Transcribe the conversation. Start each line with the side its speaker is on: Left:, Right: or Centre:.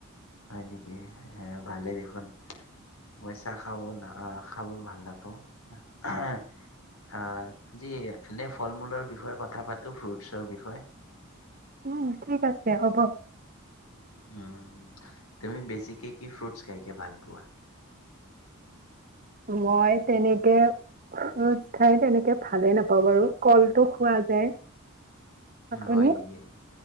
Left: হয় নেকি এ ভালেই দেখোন মই চাহ খাব ন খাব ভাল নাপাওঁ অ আজি এনে ফল মূলৰ বিষয়ে কথা পাতো ফ্ৰুটছৰ বিষয়ে
Right: উম ঠিক আছে হ'ব
Left: উম তুমি বেছিকে কি ফ্ৰুটছ খাইকে ভাল পোৱা
Right: মই তেনেকে ফ্ৰোট খাই তেনেকে ভালে নাপাওঁ বাৰু কলটো খোৱা যায় আপুনি?
Left: হয় নেকি